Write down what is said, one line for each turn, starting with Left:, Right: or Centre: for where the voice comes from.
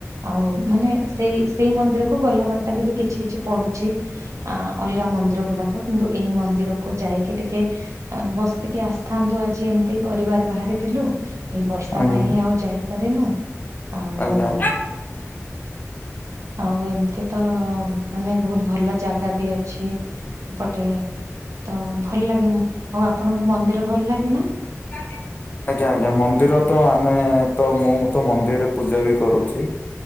Right: ଆଉ ମାନେ ସେଇ ସେଇ ମନ୍ଦିରକୁ ଗଲା ବାଟଟରେ ବି କିଛି କିଛି ପଡୁଛି। ଆ ଅଲଗା ମନ୍ଦିର ଗୁଡାକ କିନ୍ତୁ ଏଇ ମନ୍ଦିରକୁ ଯାଇକି ଟିକେ ବ କେ ଆସିଥାନ୍ତୁ ଆଜି ଏମିତି ପରିବାର ବାହାରିଥିଲୁ ଏଇ ବର୍ଷା
Left: ଆଜ୍ଞା
Right: ପାଇଁ ହିଁ ଆଉ ଯାଇପାରିନୁ। ଆଉ
Left: ଆଜ୍ଞା
Right: ଆଉ ଏମିତି ତ ମାନେ ବହୁତ୍ ଭଲ ଜାଗା ବି ଅଛି ଏପଟେ। ତ ଭଲ ଲାଗେ ଆଉ ଆପଣଙ୍କୁ ମନ୍ଦିର ଭଲ ଲାଗେ ନା?
Left: <unintelligible> ଆଜ୍ଞା ଆଜ୍ଞା ମନ୍ଦିର ତ ଆମେ ତ ମୁଁ ତ ମନ୍ଦିରରେ ପୂଜା ବି କରୁଛି।